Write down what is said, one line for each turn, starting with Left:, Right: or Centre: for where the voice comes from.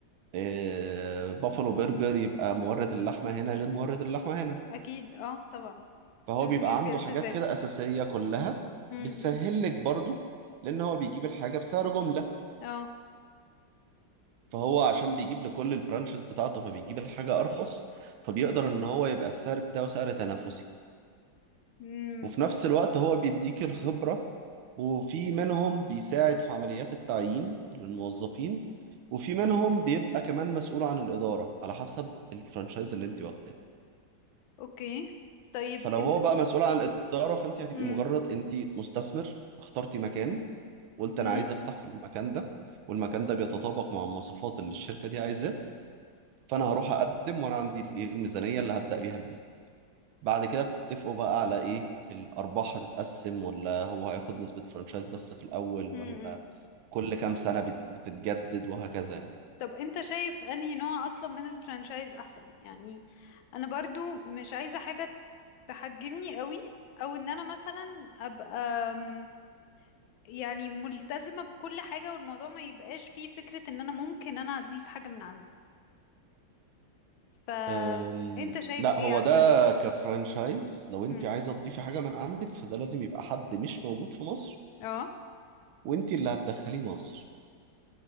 Right: آه، بافلو برجر يبقى مورد اللحمة هنا غير مورد اللحمة هنا
Left: اكيد اه طبعا
Right: فهو
Left: لازم
Right: بيبقى
Left: يبقى
Right: عنده
Left: في التزام
Right: حاجات كده أساسية كلها
Left: مم.
Right: بتسهل
Left: مم.
Right: لك برضو لأن هو بيجيب الحاجة بسعر جملة
Left: اه
Right: فهو عشان بيجيب لكل البرانشز بتاعته فبيجيب الحاجة أرخص فبيقدر إن هو يبقى السعر بتاعه سعر تنافسي
Left: مم.
Right: وفي نفس الوقت هو بيديك الخبرة وفي منهم بيساعد في عمليات التعيين للموظفين وفي منهم بيبقى كمان مسؤول عن الإدارة على حسب الفرانشايز اللي أنت واخده
Left: اوكي طيب
Right: فلو
Left: انت
Right: هو بقى مسؤول عن الإدارة فأنت هتبقي
Left: مم.
Right: مجرد أنت مستثمر اخترتي مكان قلت
Left: مم.
Right: أنا عايز أفتح في المكان ده والمكان ده بيتطابق مع المواصفات اللي الشركة دي عايزاه فانا هروح اقدم وانا عندي الايه الميزانيه اللي هبدا بيها البيزنس بعد كده بتتفقوا بقى على ايه الارباح هتتقسم ولا هو هياخد نسبه فرانشايز بس في الاول
Left: مم.
Right: ولا
Left: مم.
Right: كل كام سنه بت- بتتجدد وهكذا يعني
Left: طب انت شايف انهي نوع اصلا من الفرانشايز احسن يعني انا برضو مش عايزة حاجة تحجمني قوي او ان انا مثلا ابقى أم، يعني ملتزمة بكل حاجة والموضوع ما يبقاش فيه فكرة ان انا ممكن انا اضيف حاجة من عندي فانت
Right: أم،
Left: شايف
Right: لا
Left: ايه
Right: هو
Left: احسن
Right: ده كفرانشايز لو انت
Left: امم
Right: عايزه تضيفي حاجه من عندك فده لازم يبقى حد مش موجود في مصر
Left: اه
Right: وانت اللي هتدخليه مصر